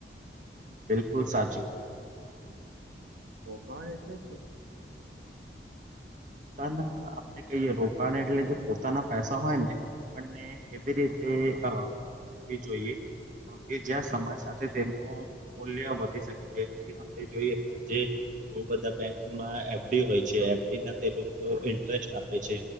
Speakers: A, on the right (about 45°); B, on the right (about 75°).
A: બિલકુલ સાચું.
B: રોકાણ એટલે શું?
A: તા ના આપડે કહીયએ રોકાણ એટલે પોતાના પૈસા હોય ને આપને એવી રીતે અ <unintelligible> વી જોઈએ. કે જ્યાં સમાજ સાથે <unintelligible> <unintelligible> મૂલ્ય વધી શકે જે આપણે જોઈએ કે આજે બૌ બધા બેન્ક માં એફડી હોય છે એફડી ના તે લોકો ઇન્ટરેસ્ટ આપે છે